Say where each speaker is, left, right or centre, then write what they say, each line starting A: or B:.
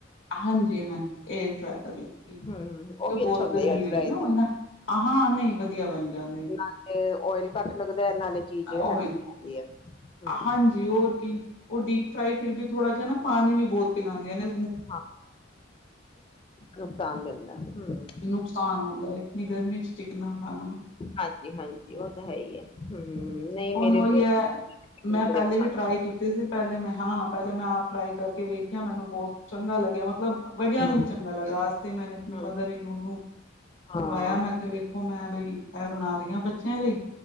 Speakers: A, on the left; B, on the left.
A: ਹਾਂਜੀ ਹਾਂਜੀ ਏਅਰ ਫਰਾਈ ਕਰ ਲੈਂਗੇ ਤੇ
B: ਹਮ ਉਹ ਵੀ
A: ਬਹੁਤ
B: ਅੱਛਾ ਹੁੰਦਾ
A: ਗਰਮੀ
B: ਏਅਰ
A: ਹੈਗੀ
B: ਫਰਾਈ
A: ਨਾ
B: ਦੀ
A: ਉਹ ਨਾ ਹ ਹਾਂ ਨਹੀਂ ਆ ਬਣ ਜਾਂ
B: ਨਾਲੇ ਓਇਲ ਘੱਟ ਲੱਗਦਾ ਨਾਲੇ ਚੀਜ਼ ਹੈ
A: ਉਹੀ
B: ਜਾਂਦੀ ਹੈ ਹ
A: ਹਾਂਜੀ ਹੋਰ ਕੀ ਉਹ ਡੀਪ ਫਰਾਾਈ ਫਿਰ ਵੀ ਥੋੜਾ ਜਿਹਾ ਨਾ ਪਾਣੀ ਵੀ ਬਹੁਤ ਪਿਲਾਉ ਦੇਨੇ
B: ਹਾਂ ਨੁਕਸਾਨ ਦਿੰਦਾ ਹਮ।
A: ਨੁਕਸਾਨ ਹੁੰਦਾ ਹੈ ਇਨੀ ਗਰਮੀ ਚ ਚਿਕਨਾ ਖਾਣਾ
B: ਹਾਂਜੀ ਹਾਂਜੀ ਉਹ ਤਾਂ ਹੈ ਹੀ ਹੈ ਹਮ ਨਹੀਂ। ਮੇਰੇ
A: ਹਨ ਉਹੀ
B: ਬੱਚੇ
A: ਹੈ
B: ਨੂੰ
A: ਮੈਂ
B: ਬੜੇ
A: ਪਹਿਲੇ
B: ਪਸੰਦ
A: ਵੀ ਟਰਾਈ
B: ਨੇ।
A: ਕੀਤੀ ਸੀ ਪਹਿਲੇ ਮੈਂ ਹਾਂ ਪਹਿਲੇ ਮੈਂ ਆਪ ਟਰਾਈ ਕਰਕੇ ਵੇਖਿਆ ਮੈਨੂੰ ਬਹੁਤ ਚੰਗਾ ਲੱਗਿਆ ਮਤਲਬ ਵੱਡਿਆਂ
B: ਹੂੰ
A: ਨੂੰ ਵੀ ਚੰਗਾ ਲੱਗਾਤੇ ਮੈਨ ਆਪਣੀ
B: ਹੂੰ
A: ਮਦਰ ਇਨ ਲਾ
B: ਹਾਂ
A: ਖਵਾਇਆ ਮੈਂ ਕਿਹਾ ਵੇਖੋ ਮੈਂ ਬਈ ਇਹ ਬਣਾ ਰਹੀ ਹਾਂ ਬੱਚਿਆਂ ਲਈ